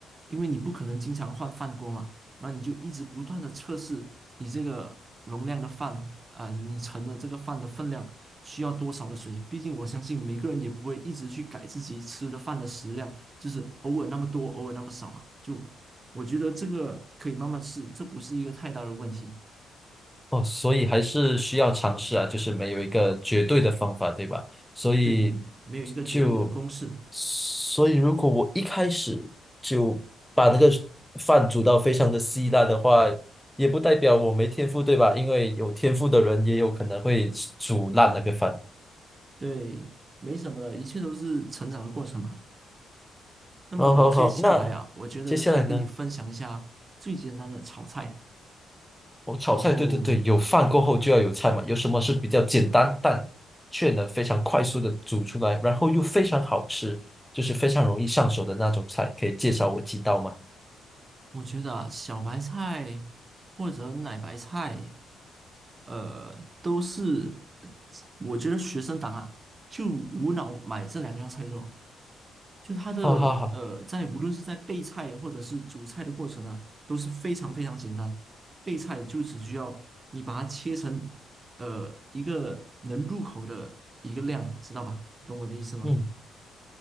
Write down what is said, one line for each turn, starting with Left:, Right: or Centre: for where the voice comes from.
Right: 因为你不可能经常换饭锅嘛。那你就一直不断的测试你这个容量的饭啊、你盛的这个饭的分量需要多少的水？毕竟我相信每个人也不会一直去改自己吃的饭的食量，就是偶尔那么多，偶尔那么少嘛。就我觉得这个可以慢慢试，这不是一个太大的问题。
Centre: 哦，所以还是需要尝试啊，就是没有一个绝对的方法，对吧？所以
Right: 对，没有一个绝对的公式，
Centre: 就，所以如果我一开始就把那个饭煮到非常的稀烂的话，也不代表我没天赋，对吧？因为有天赋的人也有可能会煮烂那个饭。
Right: 对，没什么的，一切都是成长的过程嘛。那么接下来啊，
Centre: 哦，好好，那
Right: 我觉得可以跟你分享一下最简单的炒菜，
Centre: 接下来呢？我炒菜，
Right: 然后
Centre: 对对对，有饭过后就要有菜嘛。有什么是比较简单但却能非常快速的煮出来，然后又非常好吃，就是非常容易上手的那种菜，可以介绍我几道吗？
Right: 我觉得啊，小白菜或者奶白菜，呃，都是我觉得学生党啊，就无脑买这两样菜就好，就它的呃，
Centre: 哦，好好，
Right: 在无论是在备菜或者是煮菜的过程啊，都是非常非常简单。备菜就只需要你把它切成呃一个能入口的一个量，知道吧？懂我的意思吗？
Centre: 嗯，